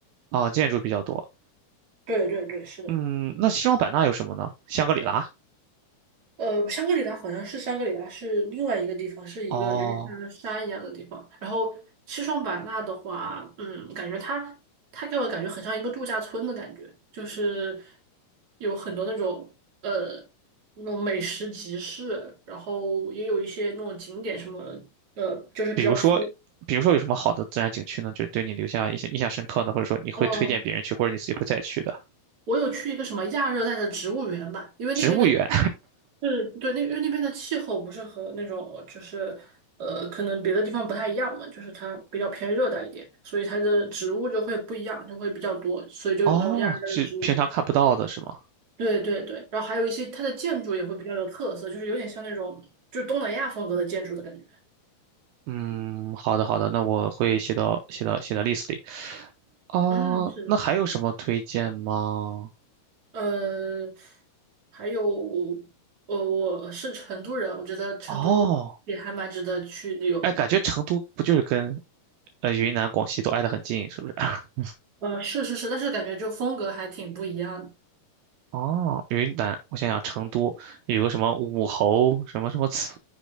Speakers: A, on the right; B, on the right.
A: 哦，建筑比较多。
B: 对对对，是的。
A: 嗯，那西双版纳有什么呢？香格里拉。
B: 呃，香格里拉好像是香格里拉是另外一个地方，是一个有点像山一样的地方。
A: 哦，
B: 然后西双版纳的话，嗯，感觉它它给我感觉很像一个度假村的感觉，就是有很多那种呃那种美食集市，然后也有一些那种景点什么，呃，就是比较偏。
A: 比如说，比如说有什么好的自然景区呢？就对你留下印象印象深刻的，或者说你会推荐别人去，
B: 哦
A: 或者你自己会再去的。
B: 我有去一个什么亚热带的植物园吧，因为那边的气
A: 植物园。
B: 是，对，那因为那边的气候不是和那种就是呃，可能别的地方不太一样嘛，就是它比较偏热带一点，所以它的植物就会不一样，就会比较多，所以就有那种亚热带的植物园。
A: 哦，是平常看不到的是吗？
B: 对对对，然后还有一些它的建筑也会比较有特色，就是有点像那种就东南亚风格的建筑的感觉。
A: 嗯，好的好的，那我会写到写到写到 list 里。哦，
B: 嗯，是的，
A: 那还有什么推荐吗？
B: 呃，还有，呃，我是成都人，我觉得成都也还蛮值得去旅游的。
A: 哦，哎，感觉成都不就是跟呃云南、广西都挨得很近，是不是？<laughs>
B: 呃，是是是，但是感觉就风格还挺不一样的。
A: 哦，云南，我想想，成都有个什么武侯什么什么祠，